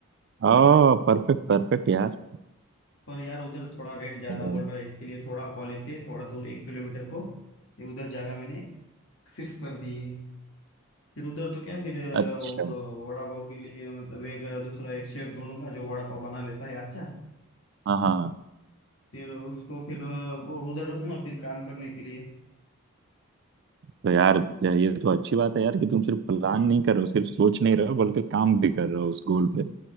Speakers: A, on the right; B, on the left.
A: ओ परफेक्ट परफेक्ट यार
B: पर यार उधर थोड़ा रेंट ज्यादा
A: ओ,
B: बोल रहा है इसके लिए थोड़ा कॉलेज से थोड़ा दूर एक किलोमीटर को ये उधर जगह मैंने फिक्स कर दी है फिर उधर तो क्या फिर अ,
A: अच्छा
B: वो वड़ा पाव के लिए मतलब एक अ, दूसरा एक शेफ ढूंढूंगा जो वड़ा पाव बना लेता है अच्छा
A: हाँ हाँ
B: फिर उसको फिर अ, वो उधर रखूंगा फिर काम करने के लिए
A: तो यार ये तो अच्छी बात है यार कि तुम सिर्फ प्लान नहीं कर रहे हो सिर्फ सोच नहीं रहे हो बल्कि काम भी कर रहे हो उस गोल पे